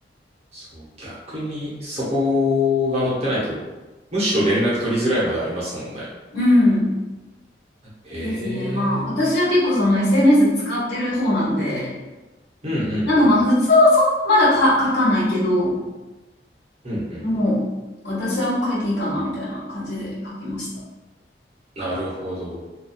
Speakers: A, on the right (about 35°); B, on the left (about 65°).
A: そう、逆にそこが載ってないと、むしろ連絡取りづらいまでありますもんね。
B: うん。
A: へえ。
B: ですね。まあ、私は結構その SNS 使ってる方なんで、
A: うんうんうんうん。
B: なんかまあ、普通はそんなまだか書かないけど、
A: うんうんうん。
B: もう、私はもう書いていいかな、みたいな感じで書きました。
A: なるほど。